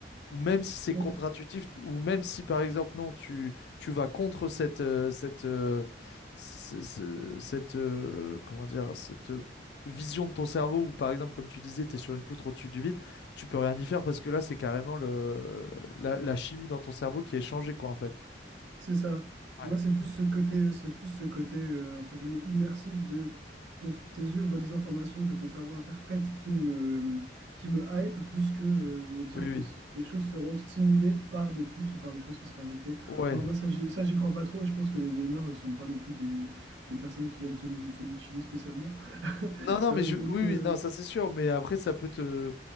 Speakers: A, on the left; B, on the right.
A: Ou même si c'est
B: bon.
A: contre-intuitif, ou même si par exemple, non, tu, tu vas contre cette, euh, cette, euh, ce- ce- cette, euh, comment dire, cette euh, vision de ton cerveau, ou par exemple, comme tu disais, tu es sur une poutre au-dessus du vide, tu peux rien y faire parce que là, c'est carrément le, la, la chimie dans ton cerveau qui est changée, quoi, en fait.
B: C'est ça.
A: Ouais.
B: Moi, c'est plus ce côté, c'est plus ce côté euh, entre guillemets immersif de ton- tes yeux voient des informations que ton cerveau interprète qui me, qui me hype plus que euh, me dire
A: Oui, oui.
B: que c- des choses seront stimulées par des puces ou par des choses qui seraient injectées.
A: Ouais.
B: Non, moi, ça, j'y- ça, j'y crois pas trop et je pense que les gamers ne sont pas non plus des, des personnes qui aiment se, mu- se mutiler spécialement. <laughs>
A: Non, non,
B: Euh,
A: mais je...
B: donc,
A: oui,
B: euh,
A: oui, non, ça c'est sûr. Mais après, ça peut te,